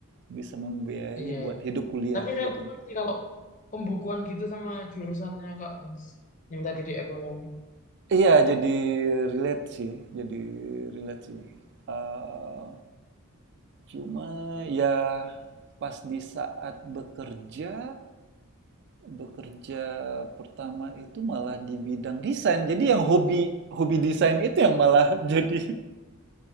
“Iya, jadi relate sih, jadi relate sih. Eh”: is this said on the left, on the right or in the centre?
Right